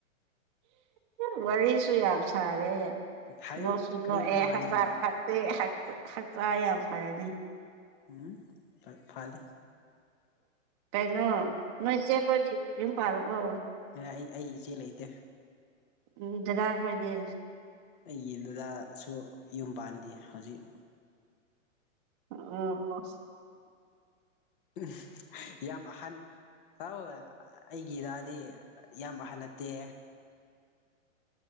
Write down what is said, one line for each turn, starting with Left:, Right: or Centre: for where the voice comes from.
Right: ꯍꯥ ꯋꯥꯔꯁꯨꯨ ꯌꯥꯝꯁꯥ ꯁꯔꯦ
Left: ꯍꯥꯏꯌꯣ
Right: ꯅꯣꯛꯁꯨ
Left: ꯀꯔꯤꯅꯣ
Right: ꯅꯣꯛꯑꯦ
Left: ꯅꯪ ꯍꯥꯏꯅꯤꯡꯕꯗꯣ
Right: ꯍꯛ ꯁꯦ ꯍꯛ ꯍꯛꯆꯥꯡ ꯌꯥꯝ ꯐꯔꯅꯤ
Left: ꯎꯝ ꯐ ꯐꯜ
Right: ꯀꯩꯅꯣ ꯅꯣꯏ ꯆꯦ ꯀꯣꯏꯗꯤ ꯌꯨꯝ ꯄꯥꯜꯂꯕꯣ
Left: ꯑꯥ ꯑꯩ ꯑꯩ ꯏꯆꯦ ꯂꯩꯇꯦ
Right: ꯎꯝ ꯗꯗꯥ ꯈꯣꯏꯗꯤ
Left: ꯑꯩꯒꯤ ꯗꯥꯗꯥꯁꯨ ꯌꯨꯝ ꯄꯥꯟꯗꯦ ꯍꯧꯖꯤꯛ
Right: ꯎꯝ ꯑꯣ ꯍ ꯍꯥ
Left: ꯑꯍ ꯌꯥꯝ ꯑꯍꯟ ꯇꯥꯎ ꯑꯩꯒꯤ ꯗꯥꯗꯥꯗꯤ ꯌꯥꯝ ꯑꯍꯟ ꯅꯠꯇꯦ